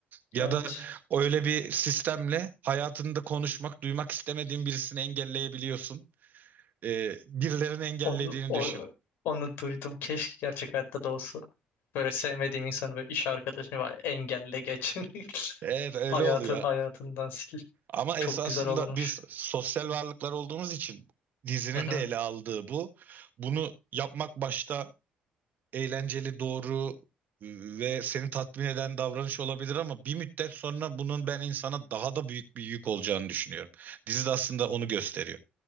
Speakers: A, on the right; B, on the left.
A: Ya
B: Evet.
A: da öyle bir sistemle hayatında konuşmak, duymak istemediğin birisini engelleyebiliyorsun. Ee, birilerinin engellediğini
B: Onu, o,
A: düşün.
B: onu duydum. Keşke gerçek hayatta da olsa. Böyle sevmediğim insanı böyle iş arkadaşım var. Engelle geç. <laughs>
A: Evet öyle
B: Hayatı
A: oluyor.
B: hayatından sil.
A: Ama
B: Çok
A: esasında
B: güzel olurmuş.
A: biz sosyal varlıklar olduğumuz için dizinin
B: Hı hı.
A: de ele aldığı bu. Bunu yapmak başta eğlenceli, doğru e, ve seni tatmin eden davranış olabilir ama bir müddet sonra bunun ben insana daha da büyük bir yük olacağını düşünüyorum. Dizi de aslında onu gösteriyor.